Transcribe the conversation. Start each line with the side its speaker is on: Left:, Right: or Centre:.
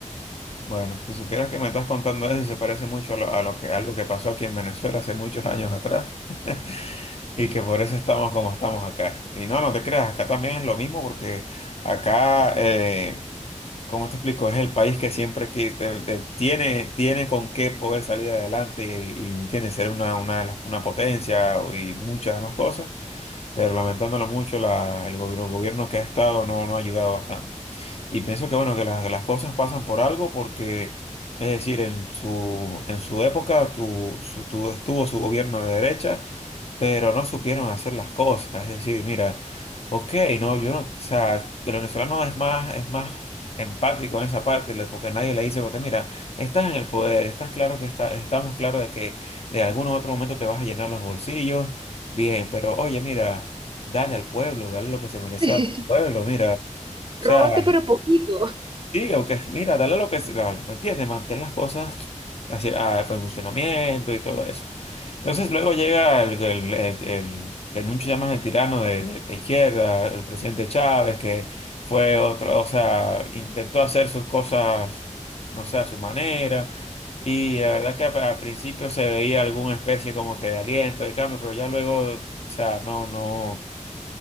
Left: bueno, si supieras que me estás contando eso y se parece mucho a lo, a lo que algo que pasó aquí en Venezuela hace muchos años atrás. <laughs> Y que por eso estamos como estamos acá. Y no, no te creas, acá también es lo mismo porque acá, eh, ¿cómo te explico? Es el país que siempre que te- te- tiene, tiene con qué poder salir adelante y, y tiene que ser una, una, una potencia y muchas demás cosas, pero lamentándolo mucho, la, el, gobi- el gobierno que ha estado no, no ha ayudado bastante. Y pienso que bueno, que las, las cosas pasan por algo porque... Es decir, en su, en su época tu, su- tu- estuvo su gobierno de derecha pero no supieron hacer las cosas. Es decir, mira, ok, no, yo no, o sea, el venezolano es más, es más empático en esa parte, le- porque nadie le dice, porque mira, estás en el poder, estás claro que está, estamos claros de que de algún otro momento te vas a llenar los bolsillos, bien, pero oye, mira, dale al pueblo, dale lo que se merece
Right: <laughs>
Left: al pueblo, mira. O
Right: Róbate,
Left: sea,
Right: pero poquito.
Left: Sí, ok, mira, dale lo que se da, ¿me entiendes? Mantén las cosas así, a funcionamiento y todo eso. Entonces luego llega el, el, el- el- que muchos llaman el tirano de, de- de izquierda, el presidente Chávez, que fue otro, o sea, intentó hacer sus cosas, no sé, a su manera. Y la verdad que a- al principio se veía alguna especie como que de aliento, de cambio, pero ya luego, o sea, no, no.